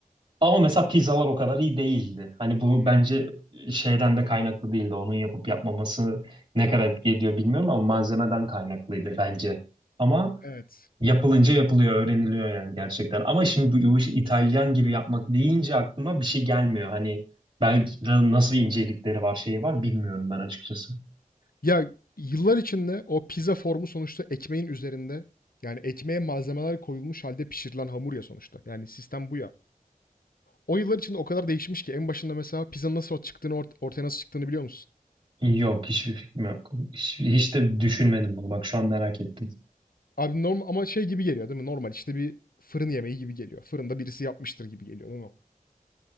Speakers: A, on the right; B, on the left.
A: Ama mesela pizzalar o kadar iyi değildi. Hani bu
B: Hımm,
A: bence şeyden de kaynaklı değildi. Onun yapıp yapmaması ne kadar etki ediyor bilmiyorum ama malzemeden kaynaklıydı bence. Ama
B: evet.
A: yapılınca yapılıyor, öğreniliyor yani gerçekten. Ama şimdi bu işi İtalyan gibi yapmak deyince aklıma bir şey gelmiyor. Hani belki na- nasıl incelikleri var, şeyi var bilmiyorum ben açıkçası.
B: Ya, yıllar içinde o pizza formu sonuçta ekmeğin üzerinde, yani ekmeğe malzemeler koyulmuş halde pişirilen hamur ya sonuçta. Yani sistem bu ya. O yıllar içinde o kadar değişmiş ki en başında mesela pizzanın nasıl çıktığını ort- ortaya nasıl çıktığını biliyor musun?
A: Yok, hiçbir fikrim yok. Hiç, hiç de düşünmedim bunu. Bak şu an merak ettim.
B: Abi norm ama şey gibi geliyor değil mi? Normal işte bir fırın yemeği gibi geliyor. Fırında birisi yapmıştır gibi geliyor değil mi?